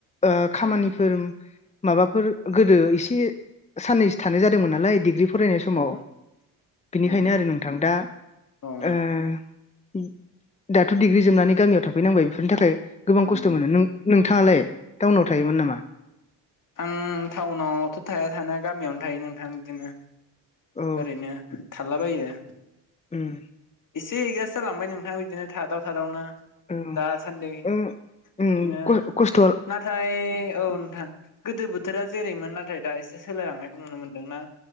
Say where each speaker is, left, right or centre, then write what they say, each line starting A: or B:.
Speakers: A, on the left (about 15°); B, on the left (about 45°).
A: ओ खामानिफोर
B: ए
A: माबाफोर गोदो एसे साननैसो थानाय जादोंमोन नालाय डिग्रि फरायनाय समाव
B: अ
A: बिनिखायनो
B: अ
A: आरो नोंथां दा
B: अ
A: ओ दाथ' डिग्रि जोबनानै गामियाव थाफैनांबाय बेफोरनि थाखाय गोबां
B: उम
A: खस्थ' मोनो नों नोंथाङालाय टाउनाव थायोमोन नामा
B: आं टाउनावथ' थाया थानाया गामियावनो थायो नोंथां बिदिनो
A: औ
B: ओरैनो थारलाबायो
A: उम
B: एसे एगजास्ट जालांबाय नोंथाङा बिदिनो थादाव थादावनो
A: औ
B: दासान्दि बिदिनो
A: उम उम खस्थ'आ
B: नाथाय औ नोंथां गोदो बोथोरा जेरैमोन नाथाय दा एसे सोलायलांनायखौ नुनो मोनदोंना